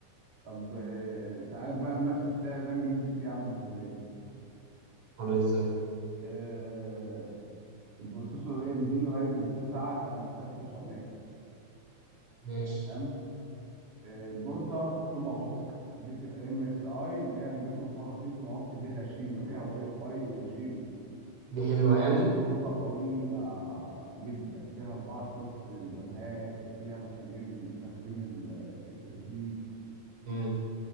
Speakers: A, on the right (about 80°); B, on the right (about 50°).
A: طب آه، تعال بقى بنفس السعر ده نجيب بي سي عامل ازاي
B: عامل ازاي
A: آه، البروسيسور اي ام دي رايزن 9 5900 اكس
B: ماشي
A: تمام آه، بوردة توما هوك بي سي ام اس اي اللي هي البي 550 توما هوك دي غشيمه فيها واي فاي وغشيمه
B: دي حلوه يعني
A: بوردة قويه جدا فيها اربعه سلوت للرامات وفيها مكانين لتخزين الاس اس دي
B: امم